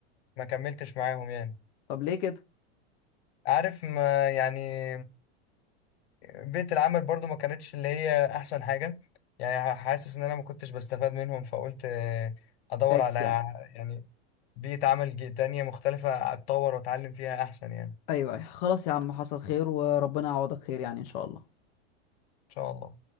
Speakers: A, on the left; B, on the left.
A: ما كملتش معاهم يعني
B: طب ليه كده
A: عارف ما يعني بيئة العمل برضو ما كانتش اللي هي أحسن حاجة يعني حاسس إن أنا ما كنتش بستفاد منهم فقلت آه، أدور
B: فاكس
A: على
B: يعني
A: يعني بيئة عمل جي- تانية مختلفة أتطور وأتعلم فيها أحسن يعني
B: ايوه
A: إن
B: ايوه خلاص يا عم حصل خير وربنا يعوضك خير يعني ان شاء الله
A: شاء الله